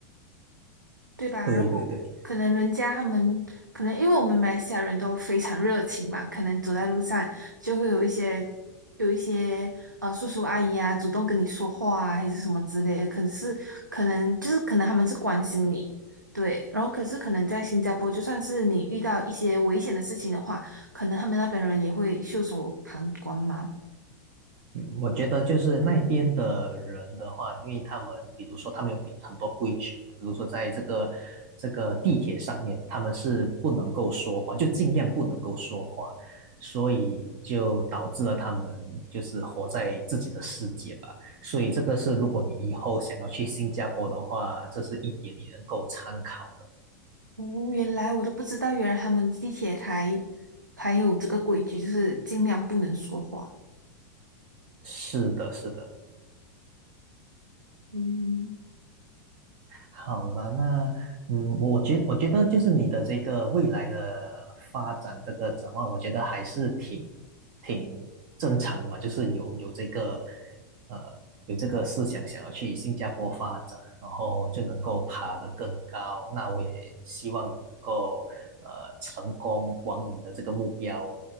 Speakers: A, on the right (about 85°); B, on the right (about 45°).
A: 对吧？
B: 对对对。
A: 然后可能人家他们可能因为我们马来西亚人都非常热情嘛，可能走在路上就会有一些有一些呃叔叔阿姨啊主动跟你说话啊，还是什么之类的。可是可能就是可能他们是关心你，对。然后可是可能在新加坡，就算是你遇到一些危险的事情的话，可能他们那边人也会袖手旁观嘛。
B: 嗯，我觉得就是那边的人的话，因为他们比如说他们有比很多规矩，比如说在这个这个地铁上面，他们是不能够说话，就尽量不能够说话，所以就导致了他们就是活在自己的世界吧。所以这个是如果你以后想要去新加坡的话，这是一点你能够参考的。
A: 哦，原来我都不知道，原来他们地铁台还有这个规矩，就是尽量不能说话。
B: 是的，是的。
A: 嗯。
B: 好了，那嗯，我我觉我觉得就是你的这个未来的发展这个展望，我觉得还是挺挺正常的嘛，就是有有这个呃有这个思想想要去新加坡发展，然后就能够爬得更高。那我也希望你能够呃成功往你的这个目标